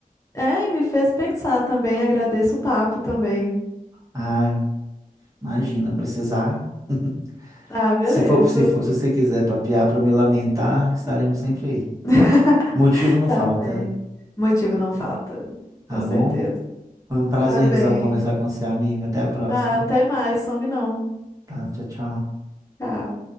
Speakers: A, on the left (about 20°); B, on the right (about 20°).
A: é, e me fez pensar também. Agradeço o papo também.
B: Ah, imagina, precisar. <laughs>
A: Ah, beleza.
B: Se for, se for, se você quiser papear para eu me lamentar, estaremos sempre aí.
A: <laughs>
B: Motivo não
A: Tá
B: falta,
A: bem. Motivo não falta,
B: tá
A: com certeza.
B: bom? Foi um prazerzão
A: Tá bem.
B: conversar com você, amiga. Até a próxima.
A: Ah, até mais, some não.
B: Tá, tchau, tchau.
A: Tchau.